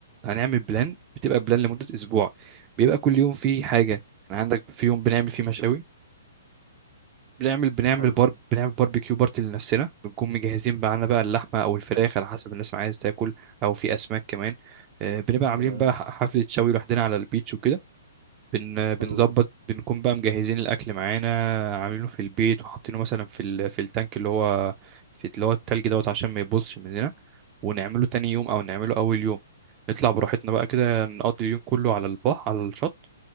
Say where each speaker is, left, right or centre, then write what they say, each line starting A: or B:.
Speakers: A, on the right; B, on the right.
A: هنعمل بلان بتبقى بلان لمدة اسبوع بيبقى كل يوم فيه حاجة احنا عندك في يوم بنعمل فيه مشاوي بنعمل بنعمل
B: حلو
A: بار بنعمل باربيكيو بارتي لنفسنا بنكون مجهزين معانا بقى اللحمة او الفراخ على حسب الناس ما عايز تاكل او في اسماك كمان آه، بنبقى عاملين
B: تمام
A: بقى ح- حفلة شوي لوحدنا على البيتش وكده بن آه، بنظبط
B: حلو جدا
A: بنكون بقى مجهزين الاكل معانا عاملينه في البيت وحاطينه مثلا في ال... في التانك اللي هو في اللي هو التلج دوت عشان ما يبصش مننا ونعمله تاني يوم او نعمله اول يوم نطلع براحتنا بقى كده نقضي اليوم كله على البحر على الشط